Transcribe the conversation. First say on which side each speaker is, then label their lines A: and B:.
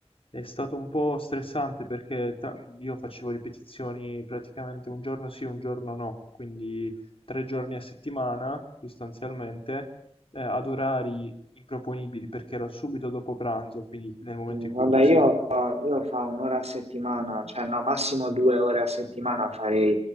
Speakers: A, on the left; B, on the right.
A: è stato un po' stressante perché tra- io facevo ripetizioni praticamente un giorno sì, un giorno no, quindi tre giorni a settimana sostanzialmente, eh, ad orari improponibili perché era subito dopo pranzo, quindi nel momento
B: Sì,
A: in cui
B: Vabbè,
A: tu sei...
B: io, io fa un'ora a settimana, cioè no, massimo due ore a settimana farei,